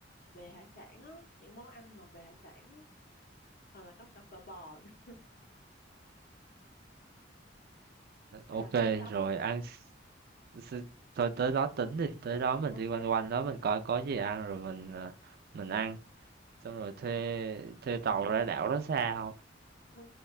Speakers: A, on the left; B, on the right.
A: về hải sản á những món ăn mà về hải sản á hoặc là có cà phở bò nữa,
B: Ok
A: hay là cơm tấm
B: rồi ăn s- s- thôi tới đó tính đi, tới đó mình
A: ok
B: đi quanh quanh đó mình coi có gì ăn rồi mình à, mình ăn. Xong rồi thuê thuê tàu ra đảo đó xa không?
A: ừ,